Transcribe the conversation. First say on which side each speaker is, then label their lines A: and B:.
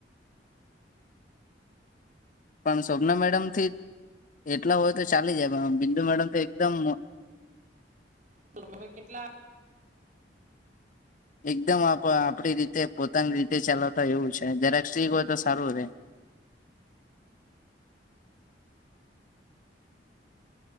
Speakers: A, on the left; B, on the right.
A: પણ શોભના મેડમ થી એટલા હોય તો ચાલી જાય પણ બિંદુ મેડમ તો એકદમ
B: તો તમે કેટલા
A: એકદમ આપ આપડી રીતે પોતાની રીતે ચલાવતા એવું છે જરાક સ્ટ્રી હોય તો સારું રહે